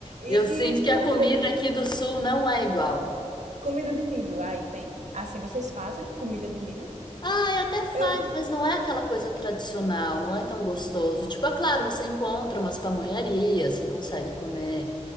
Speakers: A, on the left; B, on the right.
A: Eu
B: E,
A: sinto
B: e
A: que a
B: comida
A: comida
B: de,
A: aqui do sul não é igual.
B: comida de milho, aí tem? Assim, vocês fazem comida de milho?
A: Ah, é até
B: Eu,
A: faz, mas não é aquela coisa tradicional, não é tão gostoso. Tipo, é claro, você encontra umas pamonharias, você consegue comer,